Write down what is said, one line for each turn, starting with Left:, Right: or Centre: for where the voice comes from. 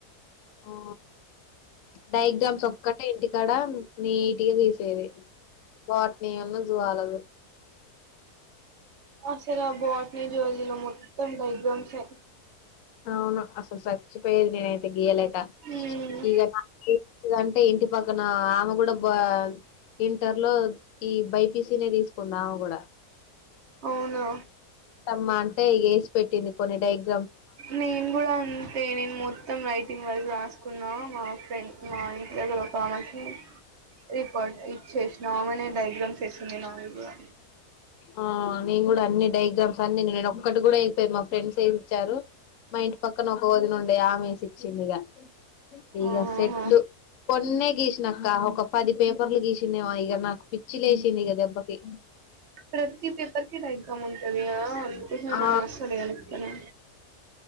Left: ఆ డయాగ్రామ్స్ ఒక్కటే ఇంటికాడ నీట్ టిగ తీసేది బోటని ను జూవాలాజీ
Right: అసలు భోటనీ జువాలాజీ లో డయాగ్రామ్స్ ఏ
Left: అవును అసలు సచ్చిపోయేది నేనైతే గీయలేక
Right: హ్మ్
Left: <unintelligible> అంటే ఇంటి పక్కన ఆమె కూడా బ ఇంటర్ లో ఈ బైపీసీ నే తీసుకుంది ఆమె కూడా
Right: అవునా
Left: మ్మా అంటే ఇగ వేసి పెట్టింది కొన్ని డైయా
Right: నేను కూడా అంతే నేను మొత్తం రైటింగ్ వరకు రాసుకున్నా మా ఫ్రెండ్ మా ఇంటి దగ్గర ఒక ఆమెకి రికార్డ్ ఇచ్చేసిన ఆమెనే డయాగ్రామ్స్ వేసింది నావి కూడా
Left: ఆ నేను కూడా అన్ని డయాగ్రామ్స్ అన్ని నేను ఒక్కటి కూడా వేయలేదు మా ఫ్రెండ్స్ వేసి ఇచ్చారు మా ఇంటి పక్కన ఒక వదిన ఉండే ఆమె వేసి ఇచ్చింది ఇగ ఇగ
Right: ఆహాహా.
Left: సెట్ కొన్నే గీసిన అక్క ఒక పది పే పర్లు గీసిందేమో ఇగ నాకు పిచ్చి లేేసింది ఇగ దెబ్బకి
Right: ప్రతి పేపర్ కి డయాగ్రామ్ ఉంటది అందుకోసమే
Left: ఆ
Right: మనం అస్సలు వేయాలే కదా